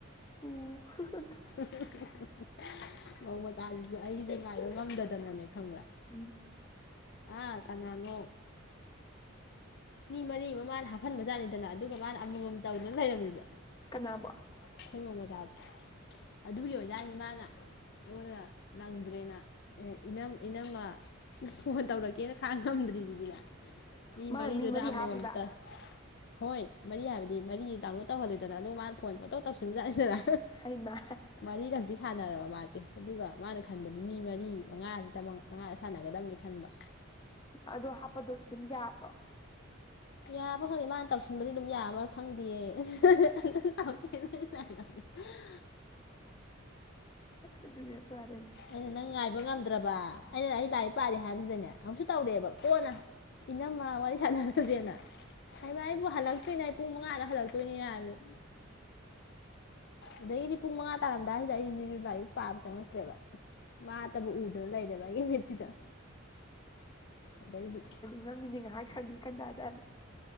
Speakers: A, on the left; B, on the left.
A: ꯎꯝ ꯍ ꯍ
B: <unintelligible> ꯉꯧ ꯃꯆꯥꯖꯤꯁꯨ ꯑꯩꯖꯦ ꯉꯥꯏꯕ ꯉꯝꯗꯗꯅꯅꯦ ꯈꯪꯕ꯭ꯔꯥ
A: ꯎꯝ
B: ꯑꯥ ꯀꯅꯥꯥꯅꯣ ꯃꯤ ꯃꯔꯤ ꯑꯃ ꯃꯥꯅ ꯍꯥꯞꯍꯟꯕꯖꯥꯠꯅꯤꯗꯅ ꯑꯗꯨꯒ ꯃꯥꯅ ꯑꯃꯃꯝ ꯇꯧꯗꯨꯅ ꯂꯩꯔꯝꯃꯤꯕ
A: ꯀꯅꯥꯅꯕꯣ
B: ꯁꯩꯉꯣꯝ ꯃꯖꯥꯗꯣ ꯑꯗꯨꯒꯤ ꯑꯣꯖꯥꯅꯤ ꯃꯥꯅ ꯑꯩꯉꯣꯟꯗ ꯅꯪꯗ꯭ꯔꯦꯅ ꯑꯦ ꯏꯅꯝ ꯏꯅꯝꯃ ꯐꯣꯟ ꯇꯧꯔꯛꯀꯦꯅ ꯈꯥꯡ ꯉꯝꯗ꯭ꯔꯤꯗꯨꯗꯤꯅꯦ ꯃꯤ
A: ꯃꯥ
B: ꯃꯔꯤꯗꯨꯗ
A: ꯃꯔꯤ
B: ꯑꯃ
A: ꯍꯥꯞꯄꯤꯕ
B: ꯑꯝꯇ ꯍꯣꯏ ꯃꯔꯤ ꯍꯥꯏꯕꯗꯤ ꯃꯔꯤ ꯗꯥꯎꯟꯂꯣꯗ ꯇꯧꯍꯂꯦꯗꯅ ꯑꯗꯨ ꯃꯥꯅ ꯐꯣꯟ ꯑꯇꯧ ꯇꯧꯁꯤꯟꯕꯖꯠꯦꯗꯅ
A: ꯍꯩꯃꯥ
B: ꯃꯔꯤꯔꯛꯇꯤ ꯁꯥꯟꯅꯔꯕ ꯃꯥꯁꯦ ꯑꯗꯨꯒ ꯃꯥꯅ ꯈꯟꯕꯗꯤ ꯃꯤ ꯃꯔꯤ ꯃꯉꯥ ꯇꯃꯛ ꯃꯉꯥꯗ ꯁꯥꯟꯅꯒꯗꯕꯅꯤ ꯈꯟꯕ
A: ꯑꯗꯣ ꯍꯥꯞꯄꯗꯣ ꯑꯗꯨꯝ ꯌꯥꯕ꯭ꯔꯣ
B: ꯌꯥꯕ꯭ꯔ ꯈꯪꯗꯦ ꯃꯥꯅ ꯇꯧꯁꯤꯟꯕꯗꯤ ꯑꯗꯨꯝ ꯌꯥꯕ ꯈꯪꯗꯤꯌꯦ <unintelligible>
A: ꯑꯗꯨꯅ ꯍꯦꯛ ꯐꯔꯦꯅꯤ
B: ꯑꯩꯅ ꯅꯪ ꯉꯥꯏꯕ ꯉꯝꯗ꯭ꯔꯕ ꯑꯩꯅ ꯑꯩ ꯂꯥꯏꯔꯤꯛ ꯄꯥꯔꯤ ꯍꯥꯏꯕꯁꯤꯗꯅꯦ ꯑꯃꯨꯛꯁꯨ ꯇꯧꯔꯛꯑꯦꯕ ꯀꯣꯟꯅ ꯏꯅꯝꯃ ꯋꯥꯔꯤ ꯁꯥꯟꯅꯔꯁꯦꯅ ꯍꯩꯃꯥ ꯑꯩꯕꯨ ꯍꯜꯂꯛꯇ꯭ꯔꯤꯅꯦ ꯄꯨꯡ ꯃꯉꯥꯗ ꯍꯜꯂꯛꯇꯣꯏꯅꯤ ꯍꯥꯏꯕꯅꯦ ꯑꯗꯒꯤꯗꯤ ꯄꯨꯡ ꯃꯉꯥ ꯇꯥꯔꯝꯗꯥꯏꯁꯤꯗ ꯑꯩꯁꯤꯁꯨ ꯂꯥꯏꯔꯤꯛ ꯄꯥꯕ ꯆꯪꯉꯛꯇ꯭ꯔꯦꯕ ꯃꯥꯇꯕꯨ ꯎꯗꯅ ꯂꯩꯔꯦꯕ ꯑꯩꯒꯤ ꯃꯤꯠꯁꯤꯗ ꯑꯗꯩꯗꯤ
A: ꯉꯝꯃꯤꯅꯦ ꯉꯥꯏꯍꯥꯛ ꯁꯪꯉꯤ ꯀꯟꯗꯥꯗꯅ